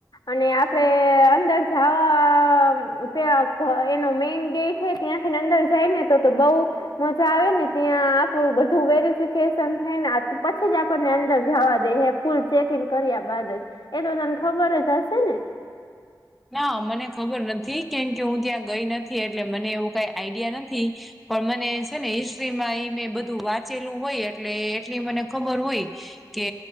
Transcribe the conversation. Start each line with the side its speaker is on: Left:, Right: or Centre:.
Left: અને આપડે અંદર જવા. ત્યા એનો મેઈન ગેટ હ ત્યાંથી અંદર જાય ને તો તો બઉ મજા આવે ને ત્યાં આપડું બધું વેરી શન થઈને પછી જ આપણને અંદર જવા દે ફૂલ ચેક ઈન કર્યા બાદ જ એ તો તાને ખબર જ હશે ને
Centre: ના મને ખબર નથી કેમ કે હું ત્યાં ગઈ નથી એટલે મને એવું કઈ આઈડિયા નથી પણ મને છે ને હિસ્ટ્રીમાં એઈ મેં બધું વાંચેલું હોય એટલે એટલી મને ખબર હોય કે